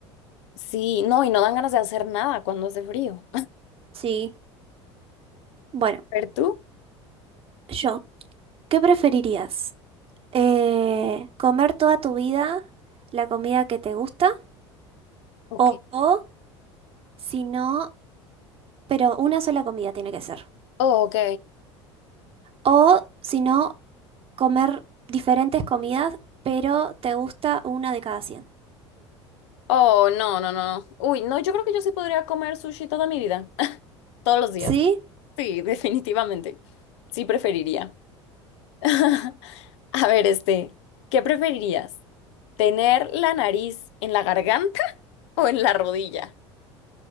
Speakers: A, on the left; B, on the right.
A: Sí, no, y no dan ganas de hacer nada cuando hace frío.
B: Sí. Bueno,
A: <laughs> ¿Pero tú?
B: yo, ¿qué preferirías? Eh, ¿comer toda tu vida la comida que te gusta?
A: Ok.
B: O, o si no, pero una sola comida tiene que ser.
A: Oh, ok.
B: O si no, comer diferentes comidas, pero te gusta una de cada cien
A: Oh, no, no, no. Uy, no, yo creo que yo sí podría comer sushi toda mi vida. <laughs> Todos los días.
B: ¿Sí?
A: Sí, <laughs> definitivamente. Sí, preferiría. <laughs> A ver, este, ¿qué preferirías? ¿Tener la nariz en la garganta? o en la rodilla.